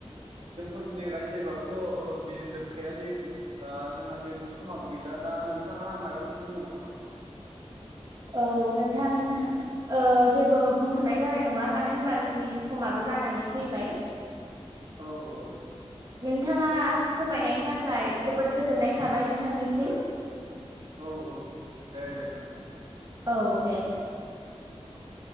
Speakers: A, on the right; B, on the right.
A: जोंथ दिनै रायज्लायबाबोथ ओ बेयो जोबखाया जिहेथु ओ जोंहा जिहेथु समाबो गैला दा नोंथाङा माबाफोर बुंबावगोन नामा?
B: औ नोंथां ओ जेबो बुंथनाय जानाय नंला मानो होनबा जोंनि समाबो जानानै फैबाय।
A: औ औ औ।
B: थाङा फोरमायनायनि थाखाय जोबोद गोजोननाय थाबाय नोंथांनिसिम।
A: औ औ औ दे दे नोंथां
B: औ दे।
A: औ दे।